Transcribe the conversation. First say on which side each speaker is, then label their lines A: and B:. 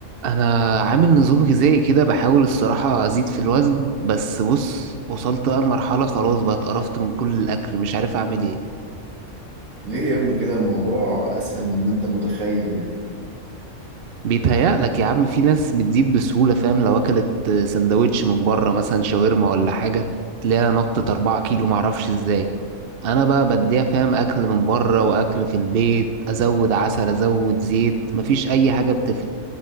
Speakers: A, on the right (about 55°); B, on the right (about 85°).
A: انا عامل نظام غذائي كده بحاول الصراحة ازيد في الوزن بس بص وصلت بقى لمرحلة خلاص بقى اتقرفت من كل الاكل مش عارف اعمل ايه
B: ليه يا ابني كده الموضوع اسهل مما انت متخيل يعني
A: بيتهيألك يا عم في ناس بتزيد بسهولة فاهم لو اكلت سندوتش من بره مثلا شاورما ولا حاجة تلاقيها نطت أربعة كيلو معرفش ازاي انا بقى بديها فاهم اكل من بره واكل في البيت ازود عسل ازود زيت مفيش اي حاجة بتفرق